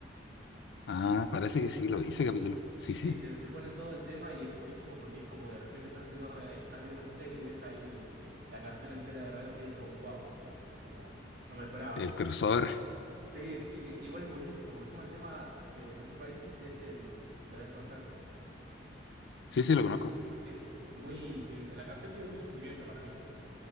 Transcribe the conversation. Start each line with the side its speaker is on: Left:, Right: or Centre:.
Left: Ah, parece
Right: Y es,
Left: que sí, lo hice capítulo. Sí,
Right: sí,
Left: sí,
Right: te, te ponen todo el tema y es buenísimo porque es como que de repente estás viendo, ra- estás viendo esa serie y ves ahí la canción entera de Radiohead y es como, wow, es como, no me lo esperaba.
Left: el crossover.
Right: Sí, sí, i- igual es buenísimo, porque encima el tema de No Surprises es el... La de desconocer.
Left: Sí, sí, lo conozco.
Right: Es muy... sí, La canción tiene mucho sentimiento para mí.